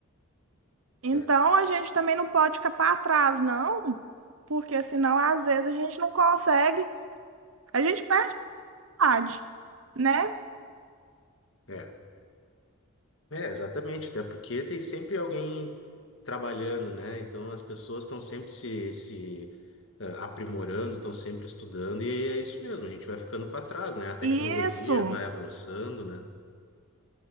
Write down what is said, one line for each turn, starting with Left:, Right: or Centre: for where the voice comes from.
Right: Então,
Left: É.
Right: a gente também não pode ficar para trás, não, porque senão, às vezes, a gente não consegue, a gente perde a vontade, né?
Left: É. É, exatamente, até porque tem sempre alguém trabalhando, né? Então as pessoas estão sempre se, se eh, aprimorando, estão sempre estudando, e aí é isso mesmo, a gente vai ficando para trás, né? A tecnologia
Right: Isso.
Left: vai avançando, né?